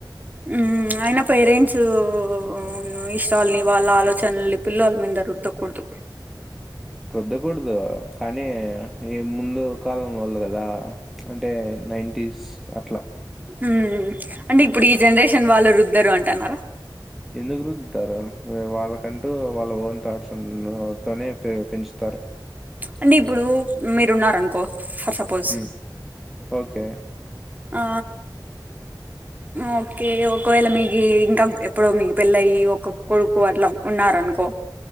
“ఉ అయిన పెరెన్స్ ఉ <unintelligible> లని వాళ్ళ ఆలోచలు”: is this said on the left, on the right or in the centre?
Right